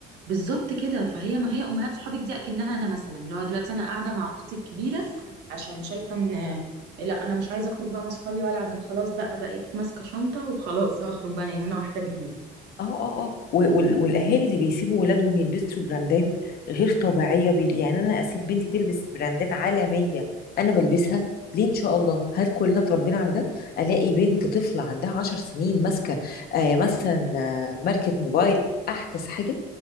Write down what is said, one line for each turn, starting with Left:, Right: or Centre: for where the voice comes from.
Right: بالظبط كده فهي ما هي امهات صحابك دي اكنها انا مثلا اللي هو دلوقتي انا قاعده مع اختي الكبيره عشان شايفه ان لا انا مش عايزه اخرج بقى مع صحابي والعب انا خلاص بقى بقيت ماسكه شنطه وخلاص هخرج بقى لان انا واحده كبيره
Left: اه اه اه و- وال- والاهالي اللي بيسيبوا ولادهم يلبسوا براندات غير طبيعيه بي... يعني انا اسيب بنتي تلبس براندات عالميه انا بلبسها ليه ان شاء الله هل كلنا اتربينا على ده الاقي بنت طفله عندها عشر سنين ماسكه آه مثلا آه، ماركه موبايل احدث حاجه